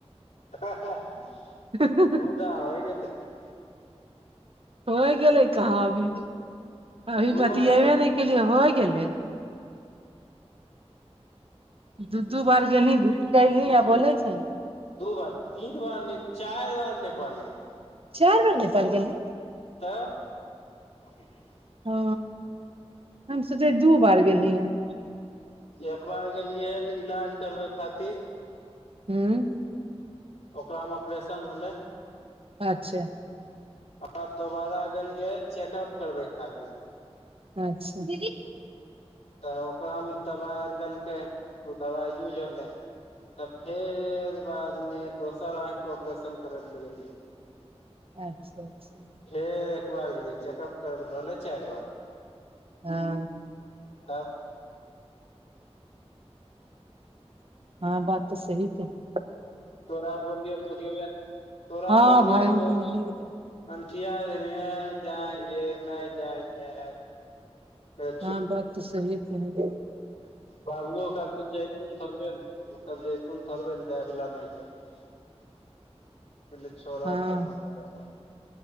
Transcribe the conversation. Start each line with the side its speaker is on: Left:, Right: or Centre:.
Left: <unintelligible>
Right: <inaudible>
Left: ता होइ गेलै ता
Right: होइ गेलै कहाँ अभी अभी
Left: दू
Right: बतिएबे
Left: बार ने गेली
Right: नय केलियै होइ गेलै। दू दू बार गेलहीं घुइर कऽ अयलहीं आ बोलै छहीं।
Left: दू बार तीन बार नय चारि बार नेपाल गेलियै
Right: चारि बेर नेपाल गेलहीं
Left: तऽ <inaudible>
Right: ओ हम सोचै दू बार गेलहीं हन
Left: एक बार गेलियै इलाज करबै खातिर
Right: हुँ
Left: ओकरा मे ऑपरेशन होलै
Right: अच्छा
Left: आ <unintelligible> दोबारा गेलियै चेकअप करबै खातिर
Right: अच्छा <inaudible>
Left: तऽ ओकरामे तबाइ आओर देलकै तऽ उ दबाइ यूज होलै तऽ फेर बाद मे दोसर आंखिके ऑपरेशन करैब लगलियै
Right: अच्छा अच्छा
Left: फेर एक बार गेलियै चेकअप करबैले होलै चारि बार
Right: हँ
Left: तब
Right: हँ बात तऽ सही कहलियै
Left: तोरा बोललियौ तोे गेबे नय तोरा
Right: हँ
Left: बोललियौ
Right: भाय हम
Left: तऽ
Right: नहिये गेलियै
Left: अनठियाय देलहीं ऐं जाएंगे नय जाएंगे। फेर
Right: हँ बात तऽ सही कहलही।
Left: बाबूओ कहलखीन जाइ फोन करबै नय ओसभ जैथुन थोड़बे ने जाय बला नय छै। कहलियै छोड़
Right: हँ
Left: तब मत जा।